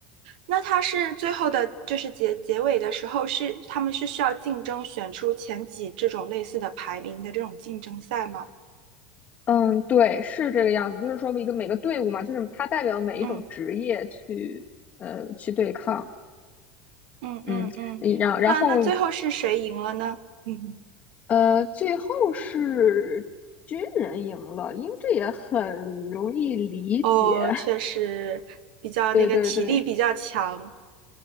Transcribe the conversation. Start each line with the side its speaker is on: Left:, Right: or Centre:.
Right: 那它是最后的，就是结结尾的时候是他们是需要竞争选出前几这种类似的排名的这种竞争赛吗？
Left: 嗯，对，是这个样子，就是说一个每个队伍嘛，就是它代表每一种职业去呃去对抗。
Right: 嗯嗯嗯嗯，
Left: 嗯，然然后
Right: 那那最后是谁赢了呢？<laughs>
Left: 呃，最后是军人赢了，因为这也很容易理解。
Right: 哦，
Left: <laughs>
Right: 确实比较那个体力比较强。
Left: 对对对